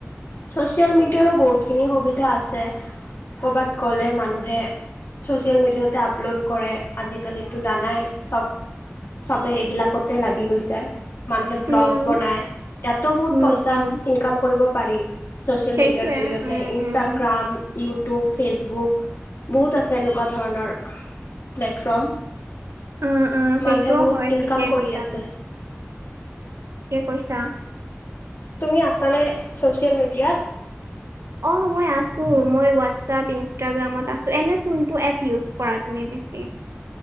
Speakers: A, on the left (about 65°); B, on the right (about 80°).
A: ছচিয়েল মিডিয়াৰো বহুতখিনি সুবিধা আছে, কৰ'বাত গ'লে মানুহে ছ'চিয়েল মিডিয়াতে আপলোড কৰে, আজিকালিতো জানাই চব। চবে এইবিলাকতে লাগি গৈছে। মানুহে ব্লগ
B: উম,
A: বনাই, ইয়াতো বহুত
B: উম,
A: পইচা
B: উম,
A: ইনকাম কৰিব পাৰি। ছচিয়েল
B: সেইটোৱে
A: মিডিয়াৰ জৰিয়তে
B: উম,
A: ইনষ্টাগ্ৰাম
B: উম। উম,
A: ইউটিউব, ফেচবুক বহুত আছে এনেকুৱা ধৰণৰ। প্লেটফ্ৰৰ্ম।
B: উম, উম সেইটোও
A: মানুহে বহুত
B: হয় ঠিকেই
A: ইনকাম কৰি
B: কৈছা
A: আছে
B: পইচা।
A: তুমি আছানে ছ'চিয়েল মিডিয়াত?
B: অঁ, মই আছো। মই হোৱাটছএপ, ইনষ্টাগ্ৰামত আছো। এনে কোনটো এপ ইউজ কৰা তুমি বেছিকে?